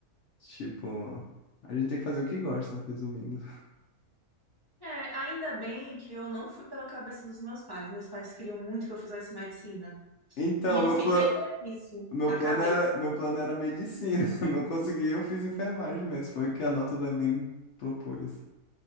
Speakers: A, on the left (about 65°); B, on the left (about 30°).
A: tipo, a gente tem que fazer o que gosta, resumindo.
B: É, ainda bem que eu não fui pela cabeça dos meus pais. Meus pais queriam muito que eu fizesse medicina.
A: Então,
B: E eu
A: meu
B: fiquei
A: plano.
B: com isso
A: Meu
B: na
A: plano
B: cabeça.
A: era, meu plano era medicina. <laughs> Não consegui, eu fiz enfermagem mesmo. Foi o que a nota do Enem propôs.